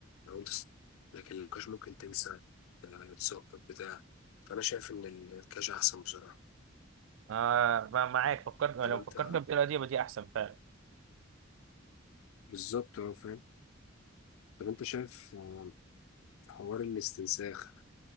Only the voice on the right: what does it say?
آه ما- معاك فكرت لو
فكرت بالطريقه دي يبقى دي احسن فعلا